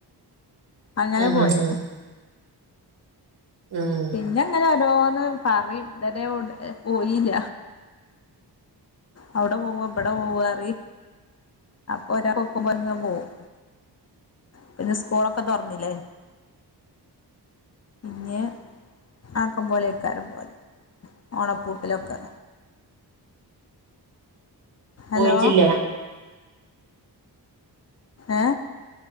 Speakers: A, on the left (about 40°); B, on the right (about 70°).
A: അങ്ങനെ
B: ഉം
A: പോയെ
B: ഉം ഉം ഉം
A: പിന്നെങ്ങനെ ഓരോന്ന് പറയും ഇതരെ പോയില്ല. അവുടെ പോവോഇവിടെ പോവോ അറി അപ്പൊ ഒരാ കൊക്കുമ്പത്തെ പോവും പിന്നെ സ്കൂളൊക്കെ തോറന്നില്ലേ പിന്നെ ആക്കം പോലെക്കാറും പോലെ ഓണപ്പൂട്ടിലൊക്കെ ഹലോ
B: പോയിട്ടില്ല.
A: ഏ